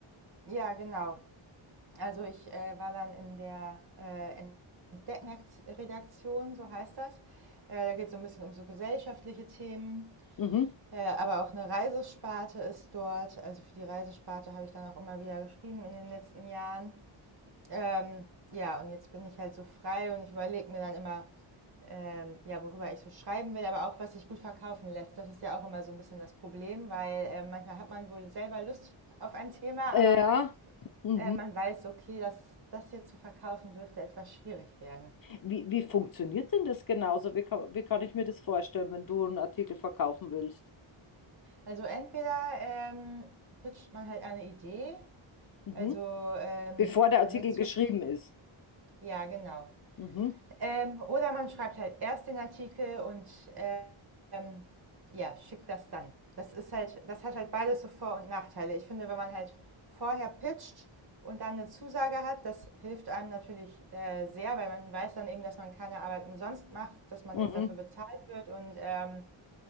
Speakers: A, on the right; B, on the left.
A: Ja, genau. Also ich äh, war dann in der äh, redaktion so heißt das. Äh, da geht es so ein bisschen um so gesellschaftliche Themen,
B: Mhm.
A: äh, aber auch eine Reisesparte ist dort. Also für die Reisesparte habe ich dann auch immer wieder geschrieben in den letzten Jahren. Ähm, ja, und jetzt bin ich halt so frei und ich überlege mir dann immer, ähm, ja, worüber ich so schreiben will, aber auch was sich gut verkaufen lässt. Das ist ja auch immer so ein bisschen das Problem, weil äh, manchmal hat man wohl selber Lust auf ein Thema,
B: Äh,
A: aber
B: Ja. Mhm.
A: äh, man weiß, okay, dass das hier zu verkaufen dürfte etwas schwierig werden.
B: Wie, wie funktioniert denn das genauso? Wie kann, wie kann ich mir das vorstellen, wenn du einen Artikel verkaufen willst?
A: Also entweder ähm, pitcht man halt eine Idee,
B: Mhm.
A: also ähm,
B: Bevor der Artikel
A: jetzt,
B: geschrieben
A: so,
B: ist.
A: ja genau,
B: Mhm.
A: Ähm, oder man schreibt halt erst den Artikel und ähm, ja, schickt das dann. Das ist halt, das hat halt beides so Vor- und Nachteile. Ich finde, wenn man halt vorher pitcht und dann eine Zusage hat, das hilft einem natürlich äh, sehr, weil man weiß dann eben, dass man keine Arbeit umsonst macht, dass man
B: Mhm.
A: jetzt dafür bezahlt wird und ähm,